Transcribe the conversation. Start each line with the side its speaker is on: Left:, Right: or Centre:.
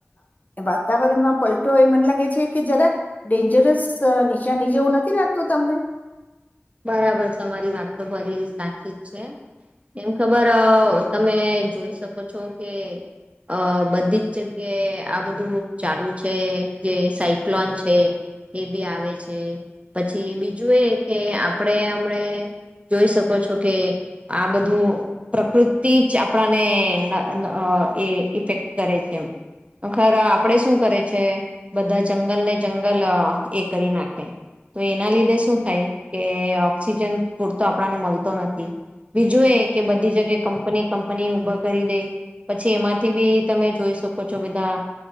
Left: વાતાવરણમાં પલટો એ મને લાગે છે કે જરાક ડેન્જરસ નિશાની જેવું નથી લાગતું. તમને
Right: બરાબર તમારી વાત તો ફરી સાચી જ છે. એમ ખબર તમે જોઈ શકો છો કે અ બધી જ જગ્યાએ આ બધું ચાલુ છે જે સાયક્લોન છે એ બી આવે છે પછી બીજું એ કે આપ આપણે હમને જોઈ શકો છો કે આ બધું પ્રકૃતિ જ આપણાને અ અ એ ઇફેક્ટ કરે છે ખર આપણેે શું કરે છે. બધા જંગલ ને જંગલ એ કરી નાખે તો એના લીધે શું થાય કે ઓક્સિજન પૂરતો આપણને મળતો નથી. બીજું એ કે બધી જગ્યાએ કંપની કંપની ઊભા કરી દે પછી એમાંથી બી તમે જોઈ શકો છો બધા